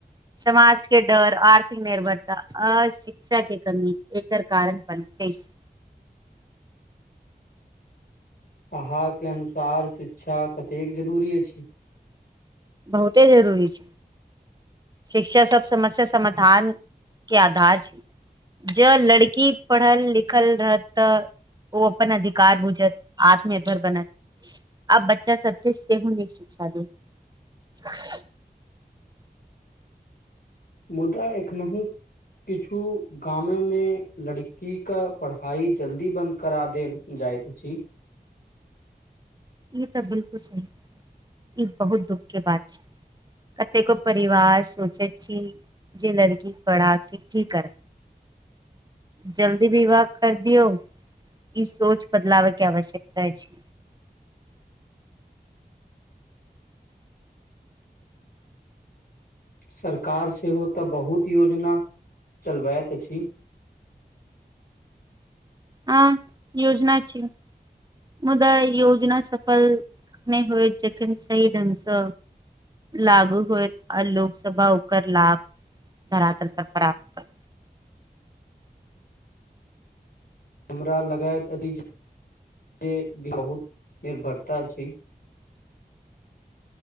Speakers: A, on the right; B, on the left.
A: समाज के डर, आर्थिक निर्भरता, अ शिक्षा के कमी, एकर कारण पर तेस
B: <unintelligible> अहाकके अनुसार शिक्षा कतेक जरूरी अछि?
A: बहुते जरूरी छै। शिक्षा सब समस्या समाधान के आधार छै। जं लड़की पढ़ल लिखल रहत त ओ अपन अधिकार बुझत, आत्मनिर्भर बनत। आ बच्चा सबके सेहो नीक शिक्षा देत
B: मुदा एखनहुं किछु गाम मे लड़की के पढ़ाई जल्दी बंद करा देल जाय जाइत अछि।
A: ई त बिलकुल सही, ई बहुत दुःखके बात छै। कतेको परिवार सोचैत छी जे लड़की पढ़ा के की करब। जल्दी विवाह कर दियौ ई सोच बदलावैके आवश्यकता छै।
B: <inaudible> सरकार सेहो तऽ बहुत योजना चलबैत अछि <unintelligible>
A: हँ योजना छियै। मुदा योजना सफल नहि होइत जखन सही ढंग सँ लागू होएत आ लोकसब ओकर लाभ धरातल पर प्राप्त
B: <inaudible> हमरा लगैत अछि जे भी बहुत निर्भरता छै।